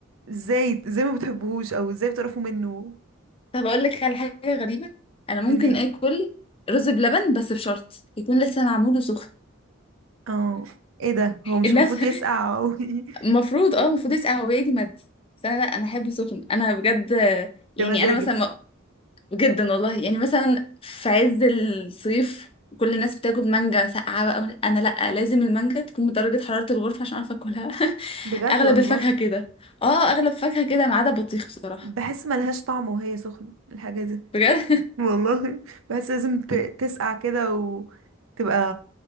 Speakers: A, on the right; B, on the left.
A: ازاي ازاي ما بتحبوهوش او ازاي بتعرفوا منه
B: <laughs> طب اقول لك على حاجة غريبة انا ممكن
A: ليه
B: اكل رز بلبن بس بشرط يكون لسه معمول وسخن
A: اه ايه ده هو مش
B: الناس
A: المفروض
B: <laughs>
A: يسقع او <laughs>
B: المفروض اه المفروض يسقع هو يجمد بس انا لا انا احبه سخن انا بجد يعني
A: يا مزاجك
B: انا مثلا جدا والله يعني مثلا في عز الصيف كل الناس بتاكل مانجا ساقعة بقى انا لا لازم المانجا تكون بدرجة حرارة الغرفة عشان اعرف اكلها <laughs>
A: بجد
B: اغلب
A: والله
B: الفاكهة كده اه اغلب فاكهة كده ما عدا بطيخ بصراحة
A: بحس ملهاش طعم وهي سخنة الحاجة دي
B: بجد
A: والله بحس لازم ت-
B: <laughs>
A: تسقع كده وتبقى